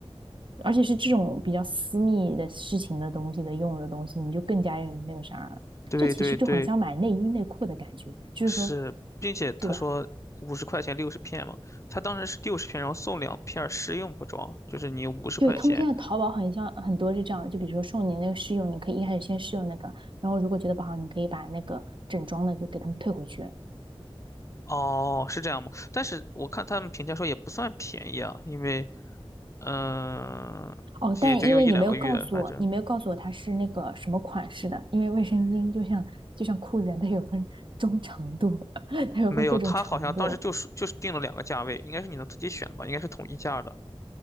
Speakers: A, on the right (about 55°); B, on the left (about 30°).
A: 而且是这种比较私密的事情的东西的用的东西，你就更加有那个啥，
B: 对对对，
A: 这其实就很像买内衣内裤的感觉，就是说，
B: 是，并且他说五十块钱六十片嘛，
A: 对吧？
B: 他当时是六十片，然后送两片儿试用不装，就是你五十块钱，
A: 对，他们现在淘宝很像很多是这样的，就比如说送你那个试用，你可以一开始先试用那个，然后如果觉得不好，你可以把那个整装的就给他们退回去。
B: 哦，是这样吗？但是我看他们评价说也不算便宜啊，因为嗯、呃也就用一两个月，
A: 哦，但因为你没有告诉我，
B: 反正
A: 你没有告诉我它是那个什么款式的，因为卫生巾就像就像裤子一样，它有分中长度，<laughs> 它有分各种长度。
B: 没有。他好像当时就是就是定了两个价位，应该是你能自己选吧，应该是统一价的。